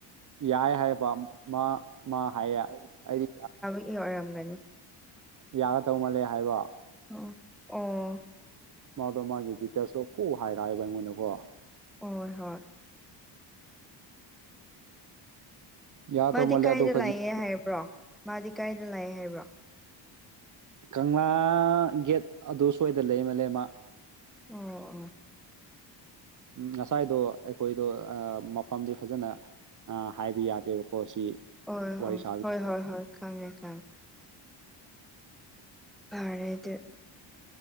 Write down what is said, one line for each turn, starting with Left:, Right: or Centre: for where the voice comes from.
Right: ꯌꯥꯏ ꯍꯥꯏꯌꯦ ꯃꯥ ꯃꯥ ꯍꯥꯏ ꯑꯩꯗꯤ
Centre: ꯏ ꯑꯔꯝꯒꯅꯤ
Right: ꯌꯥꯒ ꯇꯧ ꯃꯥꯜꯂꯦ ꯍꯥꯏꯕ
Centre: ꯑꯣ ꯑꯣ
Right: ꯃꯥꯗꯣ ꯃꯥꯒꯤ ꯗꯤꯇꯦꯜꯁꯇꯣ ꯄꯨꯨ ꯍꯥꯏꯔꯛꯑꯦꯕ ꯑꯩꯉꯣꯟꯗꯀꯣ
Centre: ꯍ ꯍꯣꯏ
Right: ꯌꯥꯗꯧ
Centre: ꯃꯥꯗꯤ
Right: ꯃꯥꯜꯂꯦ
Centre: ꯀꯥꯏꯗ
Right: ꯑꯗꯨ ꯐꯖꯅ
Centre: ꯂꯥꯛꯑꯦ ꯍꯥꯏꯕ꯭ꯔꯣ ꯃꯥꯗꯤ ꯀꯥꯏꯗ ꯂꯥꯛꯑꯦ ꯍꯥꯏꯕ꯭ꯔꯣ
Right: ꯀꯪꯂꯥ ꯒꯦꯠ ꯑꯗꯨ ꯁ꯭ꯋꯥꯏꯗꯅ ꯂꯩꯃꯜꯂ ꯃꯥ
Centre: ꯑꯣ ꯑꯣ
Right: ꯉꯁꯥꯏꯗꯣ ꯑꯩꯈꯣꯏꯗꯣ ꯃꯐꯝꯗꯤ ꯐꯖꯅ ꯍꯥꯏꯕ ꯌꯥꯗꯦꯕꯀꯣ ꯁꯤ
Centre: ꯍꯣꯏ ꯍ
Right: ꯋꯥꯔꯤ ꯁꯥꯕ
Centre: ꯍꯣꯏ ꯍꯣꯏ ꯍꯣꯏ ꯈꯪꯉꯦ ꯈꯪꯉꯦ ꯇꯔꯦ ꯑꯗꯨ